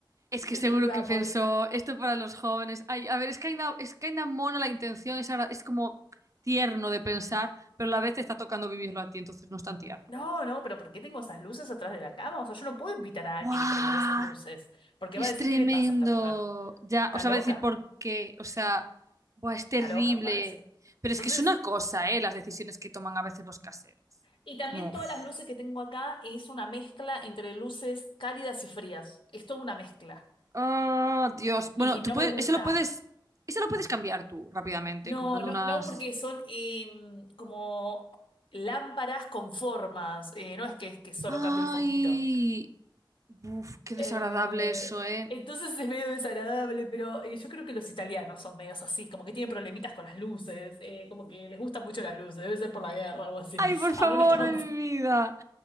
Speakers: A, on the right (about 40°); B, on the left (about 85°).
A: Es que
B: Es
A: seguro
B: esa,
A: que pensó, esto para los jóvenes. Ay, a ver, es que ainda, es que ainda mono la intención, es, agra- es como tierno de pensar, pero a la vez te está tocando vivirlo a ti, entonces no es tan tierno.
B: No, no, pero ¿por qué tengo esas luces atrás de la cama? O sea, yo no puedo invitar a alguien
A: ¡Guau!
B: y prender esas luces, porque
A: Es
B: va a decir,
A: tremendo.
B: ¿qué le pasa a esta mujer?
A: Ya,
B: Está
A: os sea,
B: loca,
A: va a decir por qué. O sea, buah, es terrible.
B: está loca, va a decir.
A: Pero es
B: Entonces,
A: que es una cosa,
B: eh,
A: ¿eh? Las decisiones que toman a veces los caseros.
B: y también
A: Como, uf.
B: todas las luces que tengo acá es una mezcla entre luces cálidas y frías. Es toda una mezcla.
A: Ah, Dios. Bueno,
B: Y
A: tú
B: no
A: puedes,
B: me gusta.
A: eso lo puedes, eso lo puedes cambiar tú rápidamente,
B: No,
A: comprando
B: no,
A: unas.
B: no, porque son eh, como lámparas con formas. Eh, no es que, es que solo
A: Ay,
B: cambio el foquito.
A: uf, qué desagradable
B: Eh,
A: eso, ¿eh?
B: entonces es medio desagradable, pero eh, yo creo que los italianos son medios así, como que tienen problemitas con las luces, eh, como que les gustan mucho las luces, debe ser por la guerra o algo así.
A: Ay, por favor,
B: Habrán estado,
A: de mi vida.